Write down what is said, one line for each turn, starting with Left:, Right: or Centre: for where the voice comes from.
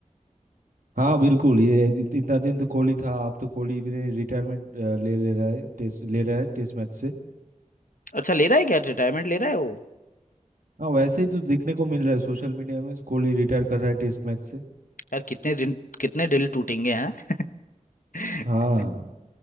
Right: हाँ बिल्कुल ये इत- इतना दिन तो कोहली था अब तो कोहली भी रिटायरमेंट ले ले रहा है टेस्ट ले रहा है टेस्ट मैच से
Left: अच्छा ले रहा है क्या रिटायरमेंट ले रहा है वो
Right: हाँ वैसे ही तो देखने को मिल रहा है सोशल मीडिया में कोहली रिटायर कर रहा है टेस्ट मैच से
Left: यार कितने दिन कितने दिल टूटेंगे हैं <laughs>
Right: हाँ